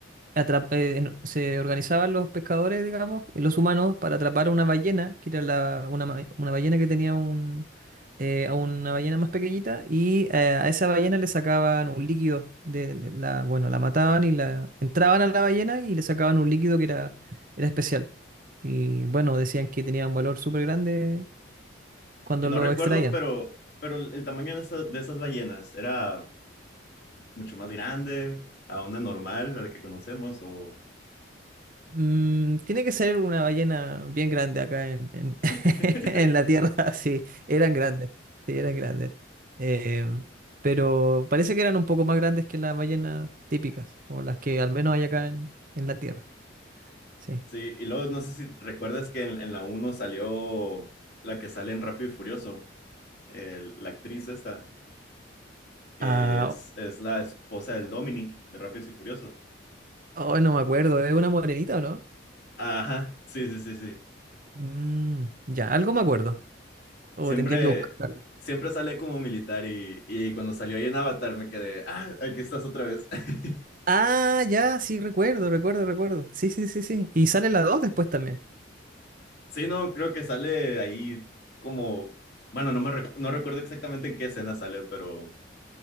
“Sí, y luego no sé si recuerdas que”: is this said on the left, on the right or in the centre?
Left